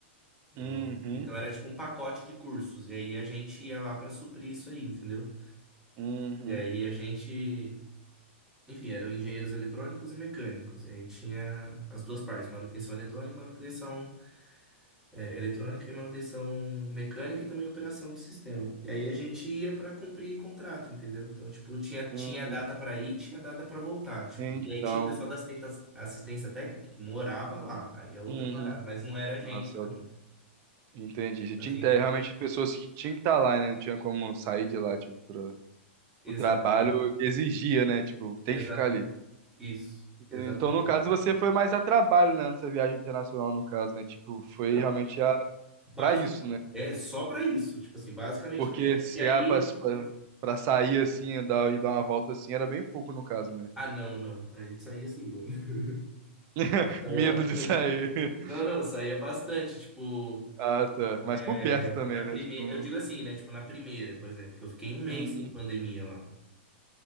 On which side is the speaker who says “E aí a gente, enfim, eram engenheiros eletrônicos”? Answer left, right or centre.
Centre